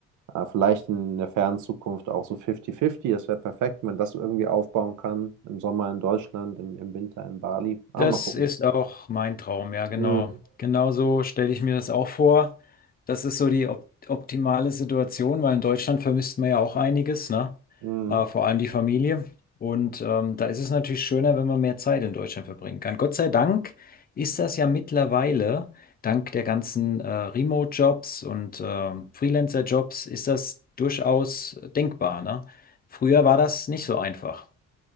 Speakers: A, on the right (about 75°); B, on the left (about 30°).
A: Äh, vielleicht in der fernen Zukunft auch so 50-50. Das wäre perfekt, wenn man das irgendwie aufbauen kann. Im Sommer in Deutschland, im, im Winter in Bali. Ah,
B: Das
A: mal gucken.
B: ist auch mein Traum, ja, genau.
A: Mhm.
B: Genau so stelle ich mir das auch vor. Das ist so die op optimale Situation, weil in Deutschland vermisst man ja auch einiges, ne?
A: Mhm.
B: Äh, vor allem die Familie. Und ähm, da ist es natürlich schöner, wenn man mehr Zeit in Deutschland verbringen kann. Gott sei Dank ist das ja mittlerweile, dank der ganzen äh, Remote-Jobs und ähm, Freelancer-Jobs, ist das durchaus denkbar, ne? Früher war das nicht so einfach.